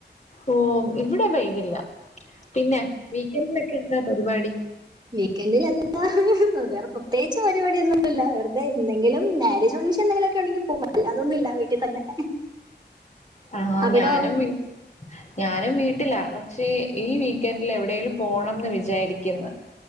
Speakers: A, on the left; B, on the right.
A: ഓ ഇവിടെ പെയ്തില്ല പിന്നെ വീക്കൻഡിലൊക്കെ എന്താ പരിപാടി
B: വീക്കൻഡില എന്താ വേറെ പ്ര പ്രത്യേകിച്ചു പരിപാടി ഒന്നുമില്ല വെറുതെ എന്തെങ്കിലും മാരേജ് ഫംഗ്ഷൻ എന്തെങ്കിലുമൊക്കെ ഉണ്ടെങ്കിൽ പോവും അല്ലാതൊന്നുമില്ല വീട്ടിൽ തന്നെ
A: ആ
B: അവിടോ
A: ഞാനും ഞാനും വീട്ടില പക്ഷേ ഈ വീക്കൻഡിൽ എവിടെേങ്കിലും പോണംന്ന് വിചാരിക്കുന്നു